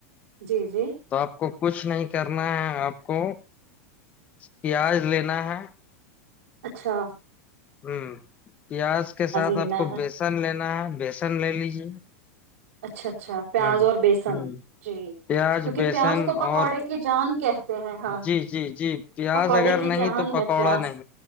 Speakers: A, on the right; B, on the left.
A: جی جی
B: تو آپ کو کچھ نہیں کرنا ہے اب کو پیاز لینا ہے
A: اچھا
B: ہوں پیاز کے ساتھ
A: لینا
B: آپ کو
A: ہے
B: بیسن لینا ہے بیسن لے لیجیے
A: اچھاچ اچھا پیاز
B: ہوں
A: اور بیسن
B: ہوں
A: جی
B: پیاز
A: کیونکہ
B: بیسن
A: پیاز تو پکوڑے
B: اور
A: کی جان کہتے ہیں ہاں
B: جی جی جی پیاز
A: پکوڑے
B: اگر
A: کی
B: نہیں
A: جان
B: تو پکوڑا
A: ہے پیاز
B: نہیں